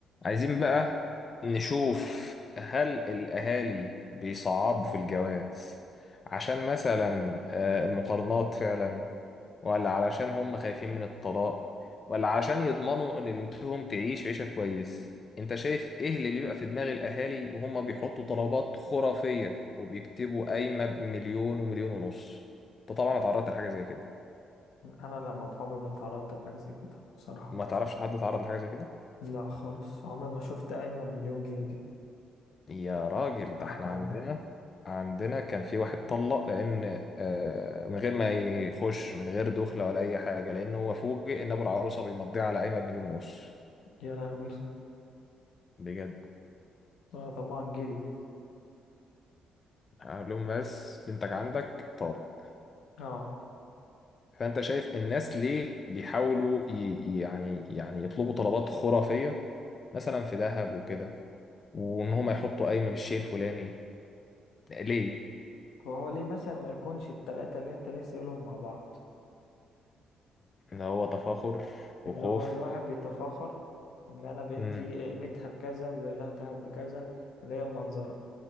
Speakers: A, on the left; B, on the left.
A: عايزين بقى نشوف هل الأهالي بيصعبوا في الجواز عشان مثلا آه، المقارنات فعلا ولا علشان هم خايفين من الطلاق ولا علشان يضمنوا إن بنتهم تعيش عيشة كويس أنت شايف إيه اللي بيبقى في دماغ الأهالي وهم بيحطوا طلبات خرافية وبيكتبوا قايمة بمليون ومليون ونص أنت طبعا اتعرضت لحاجة زي كده
B: انا لا ما عمري ما اتعرضت لحاجه زي كده بصراحه
A: ما تعرفش حد اتعرض لحاجة زي كده
B: لا خالص عمري ما شفت قايمه بمليون جنيه دي
A: يا راجل ده
B: حق
A: احنا عندنا
B: الله
A: عندنا كان في واحد طلق لان آه، من غير ما يخش من غير دخله ولا اي حاجه لانه هو فوجئ ان ابو العروسه بيمضيها على قايمه بمليون ونص
B: يا لهوي
A: بجد
B: اه طبعا جري
A: قال لهم بس بنتك عندك طالق
B: اه
A: فانت شايف الناس ليه بيحاولوا ي- يعني يعني يطلبوا طلبات خرافيه مثلا في ذهب وكده وان هم يحطوا قايمه بالشيء الفلاني ليه؟
B: فهو ليه مثلا ما يكونش التلاتة اللي انت لسه قايلهم مع بعض
A: اللي هو تفاخر وخوف
B: اللي هو الواحد بيتفاخر ان انا بنتي
A: امم
B: قيمتها بكذا وجاي لها دهب بكذا اللي هي المنظره